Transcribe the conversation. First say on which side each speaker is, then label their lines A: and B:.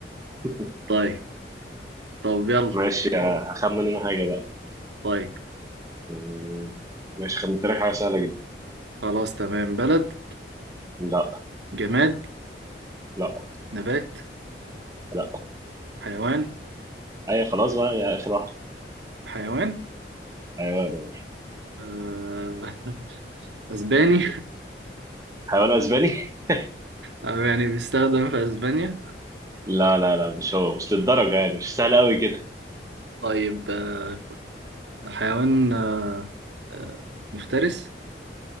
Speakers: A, on the right; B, on the right.
A: <laughs>
B: طيب طب يلا
A: ماشي هخمن أنا حاجة بقى
B: طيب
A: مم، ماشي خمنت لك حاجة سهلة جدا
B: خلاص تمام بلد
A: لا
B: جماد
A: لا
B: نبات
A: لا
B: حيوان
A: اي خلاص بقى يا اخر واحد
B: حيوان
A: حيوان
B: آه. <laughs> اسباني
A: حيوان اسباني <laughs>
B: آه يعني بيستخدم في اسبانيا
A: لا لا لا مش هو مش للدرجه يعني مش سهل قوي كده
B: طيب آه. حيوان آه. آه. مفترس